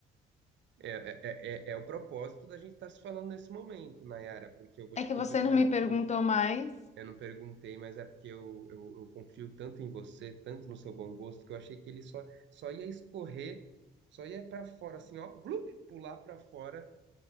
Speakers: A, on the right; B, on the left.
A: É, é, é, é é o propósito da gente estar se falando nesse momento, Nayara, porque eu vou
B: É
A: te
B: que
A: confessar
B: você não
A: uma
B: me perguntou
A: coisa.
B: mais.
A: Eu não perguntei, mas é porque eu, eu, eu confio tanto em você, tanto no seu bom gosto, que eu achei que ele só, só ia escorrer, só ia pra fora, assim, ó, vlup, pular pra fora